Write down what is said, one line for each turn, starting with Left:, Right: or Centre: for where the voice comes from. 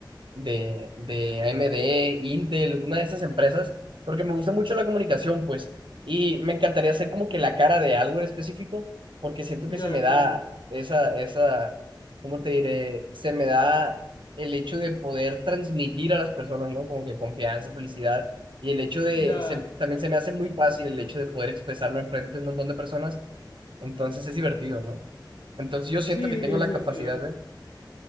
Right: de, de A. M. D. Intel, una de esas empresas, porque me gusta mucho la comunicación, pues, y me encantaría ser como que la cara de algo en específico, porque siento
Left: Ya
Right: que se me
Left: entiendo.
Right: da esa, esa, ¿cómo te diré? Se me da el hecho de poder transmitir a las personas, ¿no? Como que confianza, felicidad, y el hecho de,
Left: Ya.
Right: se- también se me hace muy fácil el hecho de poder expresarlo enfrente de un montón de personas, entonces es divertido, ¿no? Entonces yo siento
Left: Sí,
Right: que tengo
Left: es
Right: la
Left: divertido.
Right: capacidad de...